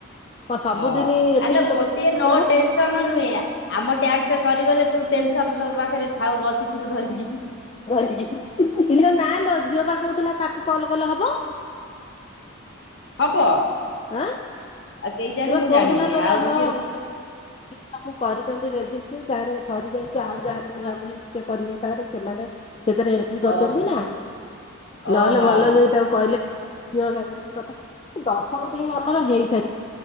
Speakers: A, on the left (about 25°); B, on the left (about 55°).
A: କଣ ସବୁଦିନି
B: ହଁ
A: ଏତିକି
B: ଆଲେ
A: ଲୋକ
B: ଗୋଟିଏ ନଅ
A: କଲେ ହବ?
B: ଟେନସନ ନୁହେଁ। ଆମ ଟ୍ୟାକ୍ସ ସରିଗଲେ ତୁ ଟେନସନ୍ ତୋ ପାଖରେ ଥାଉ ବସି ତୁ ଧରିକି।
A: ଧରିକି। ଇଲୋ ନାଲୋ ଝିଅ ବା କହୁଥିଲା ତାକୁ କଲ କଲ କଲେ ହବ।
B: ହବ।
A: ଆଁ
B: ଆଉ କେହି ଜାଣି
A: ଏବେ
B: ମୁଁ
A: କହୁଥିଲା
B: ଜାଣିନି
A: କହିଲା
B: ଆଉ
A: ହଁ।
B: ସିଏ ତ
A: ସବୁ କରିଛନ୍ତି ରେଜିଷ୍ଟ୍ର ଯାରେ ସରିଯାଇଛି ଆଉ ଯାରେ ନୂଆ କ ହେଇଛି ସେ କରିବ ତାହରେ ସେମାନେ। ସେଥିରେ ଏଣ୍ଟ୍ରି କରିଛନ୍ତି
B: ଓହୋ
A: ନା ନହେଲେ
B: ଓହୋ
A: ଭଲ ହେ ତାକୁ କହିଲେ। ଦହ ସାାଗରେ ବି କଥା। ଦଶ। ତ ହିଁ ଆମର ହେଇଛି।